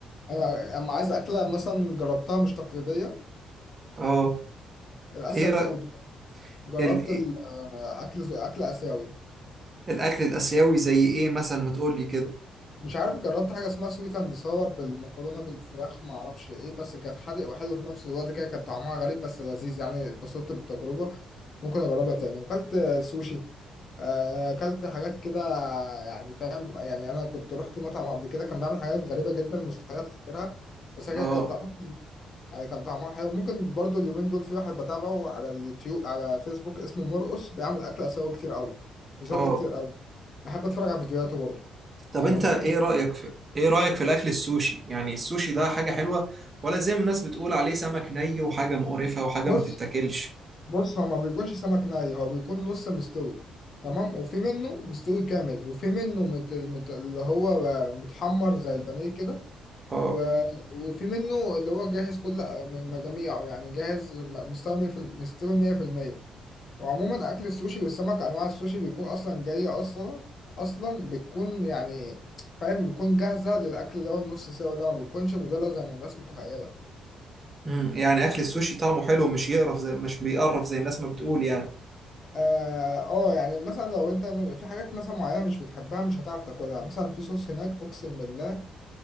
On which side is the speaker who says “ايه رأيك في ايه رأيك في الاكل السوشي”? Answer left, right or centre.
Right